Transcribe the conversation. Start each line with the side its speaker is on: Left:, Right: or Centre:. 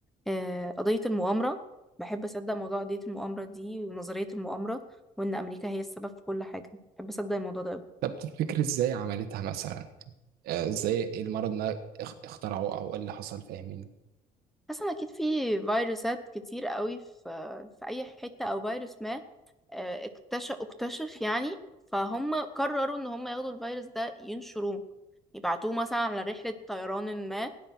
Centre: آه، قضية المؤامرة بحب أصدق موضوع قضية المؤامرة دي ونظرية المؤامرة وإن أمريكا هي السبب في كل حاجة بحب أصدق الموضوع ده أوي
Right: طب تفتكري ازاي عملتها مثلا؟ يعني، آه ازاي المرض ده اخ- اخترعوه او ايه اللي حصل فاهمين؟
Centre: حاسة أكيد في فيروسات كتير قوي في في أي حتة أو فيروس ما آه، اكتشف اكتشف يعني فهم قرروا إن هم ياخدوا الفيروس ده ينشروه يبعتوه مثلا على رحلة طيران ما